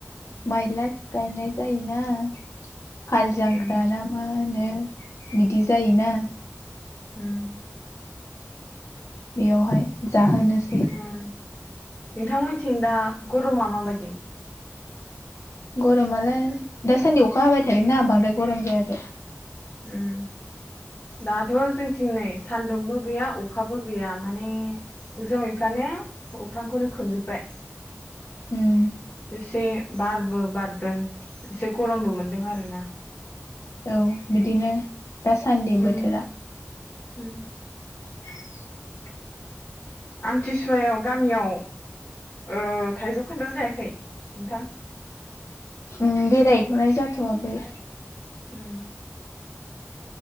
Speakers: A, on the left; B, on the left.
A: माइलाय गायनाय जायो ना। हाल जांख्रााना
B: उम
A: मा होनो। बिदि जायोना।
B: उम
A: बेयावहाय। जाहोनोसै।
B: उम नोंथांमोनथिं दा गरमा माबायदि
A: गरमालाय दासान्दि अखा हाबाय थादों ना बांद्राय गरम जायाखै।
B: उम दाथ' जोंथिं नै सान्दुंबो गैया अखाबो गैया माने जोमैफ्रानो अख्रांखौनो खोबजोबाय
A: उम
B: एसे बारबो बारदों एसे गरमबो मोनदों आरोना।
A: औ बिदिनो। दासान्दि
B: उम
A: बोथोरा।
B: उम।
A: <inaudible>
B: आमथिसुवायाव गामियाव ओ थाइजौ खान्थाल जायाखै नोंथां
A: उम बेरायहैथ'नाय जाथ'वाखै।
B: उम